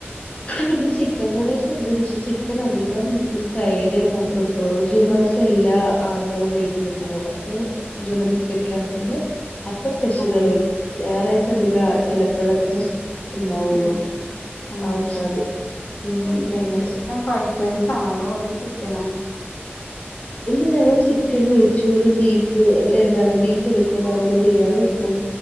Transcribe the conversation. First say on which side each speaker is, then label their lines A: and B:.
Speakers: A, on the left; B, on the left.
A: പിന്നെ ചിക്കൻ കറിയൊക്കെ ഉണ്ട്, പക്ഷെ ചിക്കൻ അധികം. ഫ്രൈഡേ മാത്രം എടുക്കുള്ളൂ ജൂൺ മാസം എല്ലാ ആണുകളും വീട്ടിലുണ്ടാവും അപ്പൊ. <unintelligible> നമസ്കാരക്കാൻ പോവുമ്പോ. അപ്പ സ്പെഷ്യലുകൾ
B: ഉം
A: വരും ഞായറാഴ്ച അധികം ചെലപ്പോഴേ തന്നെ. ഉണ്ടാവുള്ളൂ
B: ഉം ആഹ്
A: ആൾക്കാര് ഉം ഞങ്ങ
B: ചിക്കൻ ഫ്രൈഡ് റൈസ് ആണോ അതോ ചിക്കനോ?
A: ഇല്ല ഞങ്ങള് ചിക്കൻ നെയ്ച്ചോറ് ബീഫ് എന്താണ് ബീഫ് എടുക്കുമ്പോ അവന് ബിരിയാണി വെക്കും.